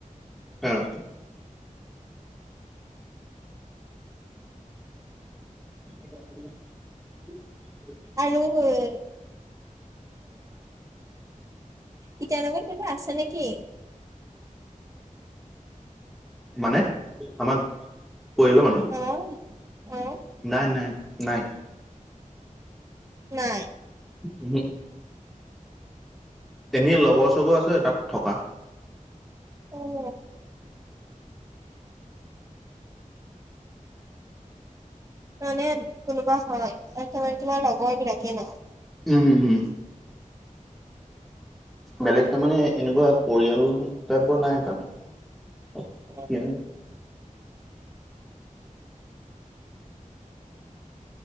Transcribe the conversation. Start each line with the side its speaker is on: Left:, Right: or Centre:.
Centre: অ' <inaudible>
Right: আৰু এ <unintelligible> ইটানগৰত কোনোবা আছে নেকি?
Centre: মানে, আমাক, পৰিয়ালৰ মানুহ?
Right: অ', অ'।
Centre: নাই-নাই, নাই।
Right: নাই?
Centre: ওহোঁ। এনেই লগৰ-চগৰ আছে তাত থকা।
Right: অ'। মানে কোনোবা হয়। এ তোমাৰ কিবা লগৰ বিলাকে ন।
Centre: উম, উম। বেলেগ তাৰমানে এনেকুৱা পৰিয়াল টাইপৰ নাই তাত
Right: <unintelligible>
Centre: <unintelligible>